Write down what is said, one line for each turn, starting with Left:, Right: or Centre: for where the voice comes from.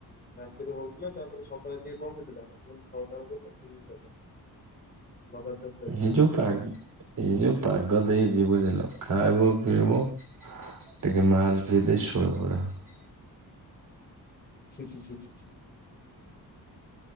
Left: ରାତିରେ ହଉଥିଲା ତାପରେ ସକାଳେ ଟିକେ କମିଥିଲା ଛଅଟା ବେଳକୁ କଣ୍ଟି ନିଉ ଚାଲିଛି। ଲଗାତାର ଚାଲିଛି
Right: ଏ
Left: ବର୍ଷା।
Right: ଯୋଉ ପାଗ ଏଇ ଯୋଉ ପାଗ ଦେଇଛି ବୁଝିଲ? ଖାଇବ ପିଇବ
Left: ହଁ
Right: ଟିକେ ମାଲ ପିଇ ଦେଇ ଶୋଇ ପଡିବ।
Left: ଛି-ଛି -ଛି-ଛି।